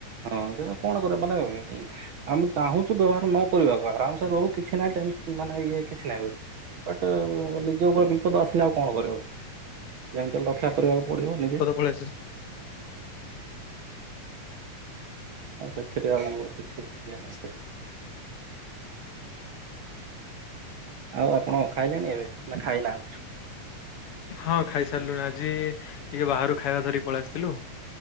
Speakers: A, on the right (about 70°); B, on the left (about 65°).
A: ହଁ ଯେ କଣ କରିବ ମାନେ ଏ ଆମେ ଚାହୁଁଛୁ ବ୍ୟବହାର ନ କରିବାକୁ ଆରାମ୍ ସେ ରହୁ କିଛି ନାହିଁ ଟେନ୍ ମାନେ ଇଏ କିଛି ନାହିଁ। ବଟ୍ ନିଜ ଉପରେ ବିପଦ ଆସିଲେ ଆଉ କଣ କରିବ? ଯେମିତି ହେଲେ। ରକ୍ଷା କରିବାକୁ ପଡ଼ିବ ନିଜେ।
B: ପଳେଇଆସ
A: ଆଉ ସେଥିରେ ଆଉ କିଛି ବି ଇଏ ନାଇଁ। ଆଉ ଆପଣ ଖାଇଲେଣି ଏବେ ନା ଖାଇନାହାନ୍ତି?
B: ହଁ ଖାଇସାରିଲୁଣି ଆଜି ଟିକେ ବାହାରୁ ଖାଇବା ଧରିକି ପଳେଇ ଆସିଥିଲୁ